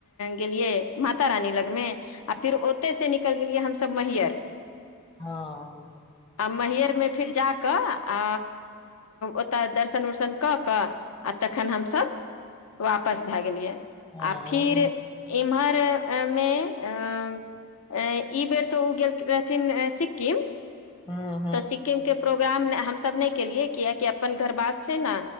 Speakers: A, on the left; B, on the left.
A: गेलियै माता रानी लगमे आ फिर ओतय से निकबेलिए गेलियै हमसब महियर
B: हँ
A: आ महरमे फिर जा कऽ आ ओता दर्शन उर्शन कऽ कऽ आ तखन हमसब वापस भै गेलियै आ
B: हँ
A: फिर इम्हरमे अ अ ई बेर तऽ ओ गेल रहथिन सिक्किम
B: हँ
A: तऽ सिक्किमके प्रोग्राम हमसब नहि केलियै कियकि अपन घरवास छै ने